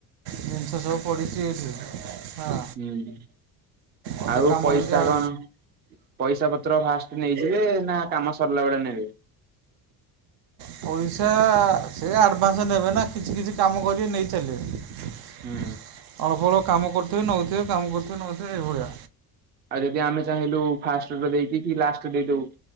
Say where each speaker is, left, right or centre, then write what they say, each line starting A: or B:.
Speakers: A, on the right; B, on the right.
A: ଜିନିଷ ସବୁ ପଡ଼ିଚି ଏଠି ହଁ।
B: ହୁଁ
A: ଅଧେ
B: ଆଉ
A: କାମ
B: ପଇସା
A: ହେଇଛି ଆଉ
B: କଣ ପଇସା ପତ୍ର ଫାଷ୍ଟ ନେଇଯିବେ ନା କାମ ସରିଲା ବେଳେ ନେବେ?
A: ପଇସା ସେ ଆଡଭାନ୍ସ ନେବେ ନା କିଛି କିଛି କାମ କରିବେ ନେଇ ଚାଲିବେ।
B: ହୁଁ
A: ଅଳ୍ପ ଅଳ୍ପ କାମ କରୁଥିବେ ନଉଥିବେ କାମ କରୁଥିବେ ନଉଥିବେ ଏଇଭଳିଆ।
B: ଆଉ ଯଦି ଆମେ ଚାହିଁଲୁ ଫାଷ୍ଟଟା ଦେଇଦେଇକି କି ଲାଷ୍ଟ ଦେଇଦବୁ?